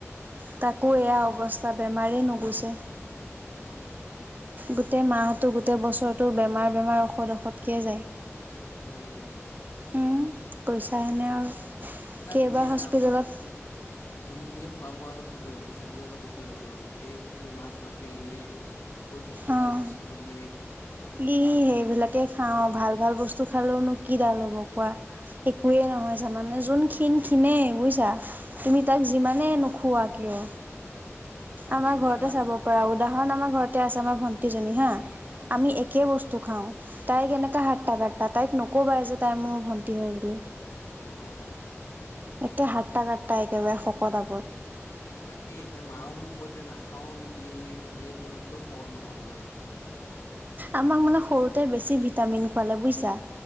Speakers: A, on the right; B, on the left.
A: তাকো এয়া অৱস্থা বেমাৰেই নুগুছেে।
B: নানি <unintelligible>
A: গোটেই মাহটো গোটেই বছৰটো বেমাৰ বেমাৰ ঔষধ ঔষধকেই যায়।
B: শ <unintelligible>
A: উম কৈছাহেনে
B: তাক
A: আৰু
B: নাই
A: কেইবাৰ
B: তুমি এটা
A: হস্পিটেলত
B: কাম কৰিবা তুমি। এই যে খোৱা বোৱা অলপ ঠিক কৰিবা বুজিছানে তেতিয়া <unintelligible> হৈ যাব এই তুমি মাছ মাংস এৰি ক ঢেকীয়া
A: অঁ
B: কচুপুলি
A: ই সেইবিলাকে খাও ভাল ভাল বস্তু খালেও নো কি কিডা ল'ব কোৱা একোৱে নহয় জানানে যোন ক্ষিণ ক্ষিণে বুইছা তুমি
B: অঁ
A: তাক যিমানেই নোখোৱা কিয়
B: অঁ তাকে
A: আমাৰ
B: সেইকাৰণে
A: ঘৰতে
B: মানে
A: চাব পাৰা উদাহৰণ আমাৰ ঘৰতে আছে আমাৰ ভন্টিজনী হা
B: উম
A: আমি এক বসু খাওঁ তাইক এনেকা সাটা কটা তাইক নকবা যে তাই মোৰ ভন্টি হয় বুলি।
B: অঁ
A: একে হাট্টা কাট্টি একেবাৰে শকত আগত
B: বাকি এতিয়া মাও মোক কয় তই নাখাও নেকি এ নে কি তোৰ কিয় শকত নহ'ল
A: আমাক মানে সৰুতে বেছি ভিটামিন খুৱালে বুজিছা।